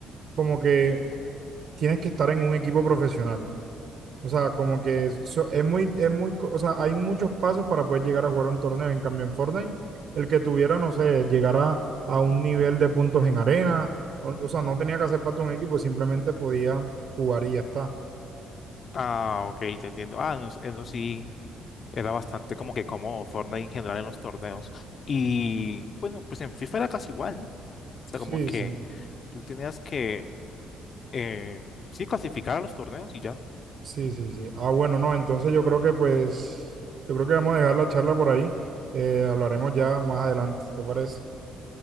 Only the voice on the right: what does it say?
como que tienes que estar en un equipo profesional. O sea, como que es, so- es muy, es muy, co- o sea, hay muchos pasos para poder llegar a jugar un torneo. En cambio, en Fortnite, el que tuviera, no sé, llegara a un nivel de puntos en arena, o, o sea, no tenía que hacer parte de un equipo, simplemente podía jugar y ya está.
Sí,
sí,
sí, sí, sí. Ah, bueno, no, entonces yo creo que pues, yo creo que vamos a dejar la charla por ahí. Eh, hablaremos ya más adelante, ¿te parece?